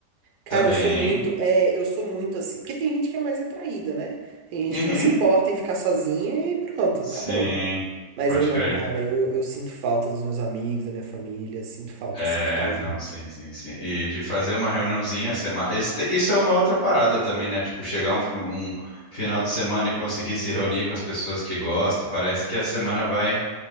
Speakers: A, on the right; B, on the left.
A: Cara,
B: Também.
A: eu sou muito, é, eu sou muito assim, porque tem gente que é mais retraída, né? Tem gente
B: Uhum.
A: que não se importa em ficar sozinha e pronto,
B: Sim,
A: acabou. Mas
B: pode
A: eu não,
B: crer.
A: cara, eu, eu sinto falta dos meus amigos, da minha família, sinto falta,
B: É,
A: assim, de estar junto.
B: não, sim, sim, sim. E de fazer uma reuniãozinha semana. Isso é uma outra parada também, né? Tipo, chegar um, um final de semana e conseguir se reunir com as pessoas que gostam. Parece que a semana vai,